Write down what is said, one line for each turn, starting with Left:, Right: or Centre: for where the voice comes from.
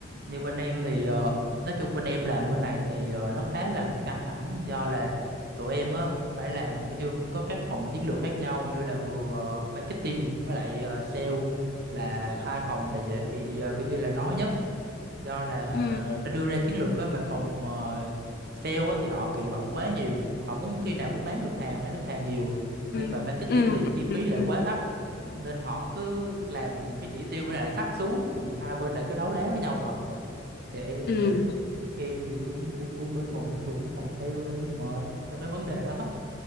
Right: như bên em thì ờ, nói chung bên em làm bên này thì ờ, nó khá là căng thẳng do là tụi em á phải làm kiểu như cũng có các phòng chiến lược khác nhau như là vừa ờ, marketing với lại ờ, sale là hai phòng là dễ bị ờ, kiểu như là nói nhất do là
Left: ừ
Right: ờ, nó đưa ra chiến lược á mà phòng ờ, sale á thì họ kỳ vọng quá nhiều họ muốn khi nào cũng bán được hàng bán được hàng nhiều nhưng
Left: ừ
Right: mà marketing
Left: ừ
Right: thì chi
Left: ừ
Right: phí lại
Left: ừ
Right: quá thấp nên họ cứ làm cái chỉ tiêu lại thấp xuống thì hai bên lại cứ đấu đá với nhau hoài à thì em
Left: ừ
Right: ờ, em thì cũng cũng cũng bên phòng thuộc cũng phòng sale nên cũng mệt trong cái vấn đề đó